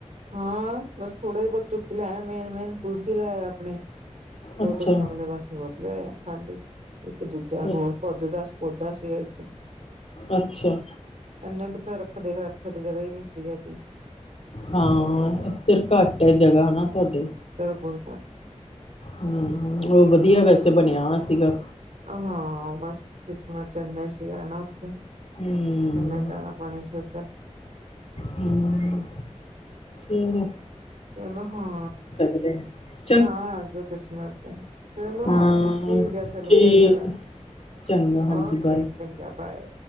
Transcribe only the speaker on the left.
ਅੱਛਾ
ਅੱਛਾ
ਅੱਛਾ
ਹਾਂ ਇੱਧਰ ਘੱਟ ਹੈ ਜਗ੍ਹਾਹ ਹੈਨਾ ਤੁਹਾਡੇ।
ਹੂ ਉਹ ਵਧੀਆ ਵੈਸੇ ਬਣਿਆ ਹੋਯਾ ਸੀਗਾ।
ਹਮ
ਹਮ ਕੀ ਹੋ ਗਿਆ।
ਠੀਕ ਐ
ਹਾਂ
ਠੀਕ
ਚੰਗਾ ਹਾਂਜੀ
ਬਾਏ